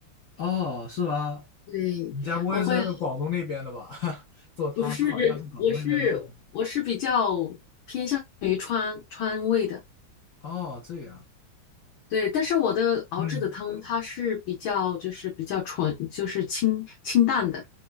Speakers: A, on the left; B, on the left.
A: 哦，是吗？
B: 对，
A: 你家不会是广东那边的吧？
B: 我会啊
A: <laughs> 做汤，
B: 不是，
A: 这好像是广东那边的做法。
B: 我是我是比较偏向于川川味的。
A: 哦，这样。
B: 对，但是我的熬制的汤它是比较就是比较纯，
A: 嗯，
B: 就是清清淡的，